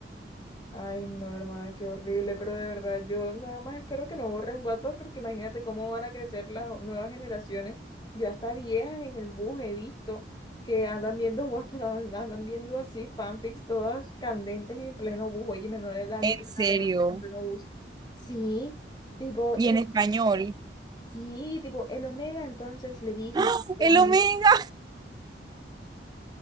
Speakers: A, on the left; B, on the right.
A: Ay, no, hermana, qué horrible, pero de verdad, yo nada más espero que no borren WhatsApp porque imagínate cómo van a crecer las nuevas generaciones. Yo hasta viejas en el bus he visto que andan viendo <laughs> WhatsApp, andan, andan viendo así fanfics todas candentes en pleno bus. Oye, menores de edad ni
B: En
A: plena
B: serio.
A: leer en pleno bus. Sí, tipo,
B: Y
A: el-
B: en español.
A: sí, tipo, el Omega entonces le dijo
B: ¡Ah!
A: que era
B: ¡El
A: muy...
B: Omega!
A: <laughs>